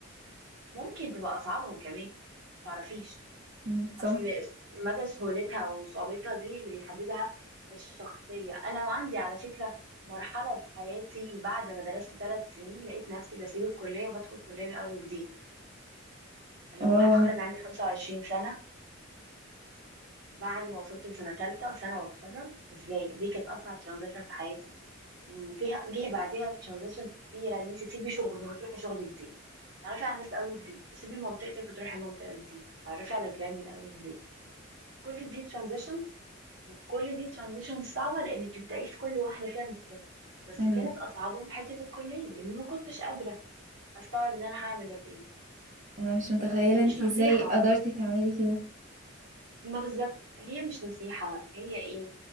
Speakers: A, on the right; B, on the right.
A: ممكن تبقى أصعبهم كمان متعرفيش
B: مم، صح
A: اصل مدى سهولتها وصعوبتها دي اللي بيحددها الشخصية انا عندي على فكرة مرحلة في حياتي بعد ما درست ثلاث سنين لقيت نفسي بسيب الكلية وبدخل كلية من اول وجديد اللي
B: اه
A: هو هتخرج عندي 25 سنة بعد ما وصلت لسنة ثالثة سنة واتخرج ازاي دي كانت اصعب ترانزيشن في حياتي م- جه جه بعديها ترانزيشن كتيرة ان انت تسيبي شغل وتروحي شغل جديد تعرفي على ناس اول وجديد تسيبي منطقتك وتروحي منطقة جديدة تعرفي على جيران من اول وجديد كل دي transitions وكل دي ترانزيشن صعبة لأن بتبدأي في كل واحدة فيها من الصفر بس
B: انا
A: كانت أصعبهم حتة الكلية لأني ما كنتش قادرة أستوعب إن أنا هعمل ده تاني
B: أنا مش متخيلة
A: هي
B: انتي
A: مش نصيحة
B: ازاي قدرتي تعملي كده
A: ما بالظبط هي مش نصيحة بقى هي إيه